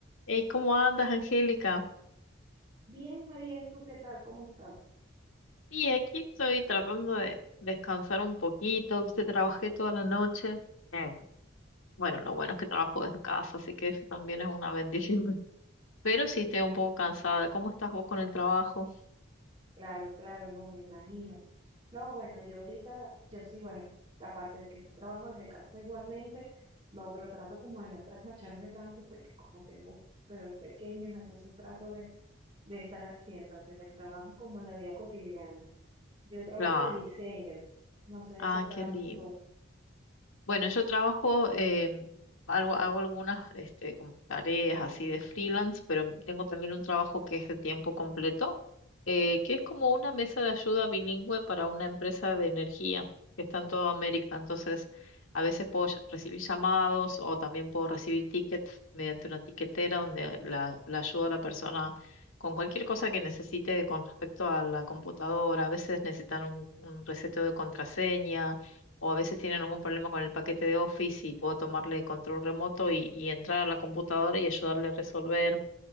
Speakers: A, on the left; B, on the right.
A: Hey, ¿cómo andas, Angélica?
B: Bien, María, ¿y tú qué tal? ¿Cómo estás?
A: Y aquí estoy tratando de descansar un poquito, viste, trabajé toda la noche. Eh, bueno, lo bueno es que trabajo desde casa, así que eso también es una bendición. <laughs> Pero sí estoy un poco cansada. ¿Cómo estás vos con el trabajo?
B: Claro, claro, no me imagino. No, bueno, yo ahorita, yo sí, bueno, aparte de que sí trabajo desde casa igualmente, no, pero trato como de no trasnocharme tanto porque como tengo bebés pequeños, entonces trato de, de estar al 100 tanto en el trabajo como en la vida cotidiana. Yo trabajo
A: Claro.
B: de diseño, no sé
A: Ah,
B: de qué trabajas
A: qué lindo.
B: tú.
A: Bueno, yo trabajo, eh, algo, hago algunas este, como tareas así de freelance, pero tengo también un trabajo que es de tiempo completo, eh, que es como una mesa de ayuda bilingüe para una empresa de energía que está en toda América. Entonces, a veces puedo ll- recibir llamados o también puedo recibir tickets mediante una tiquetera donde la, la ayuda a la persona con cualquier cosa que necesite con respecto a la computadora. A veces necesitan un, un reseteo de contraseña o a veces tienen algún problema con el paquete de Office y puedo tomarle control remoto y, y entrar a la computadora y ayudarle a resolver.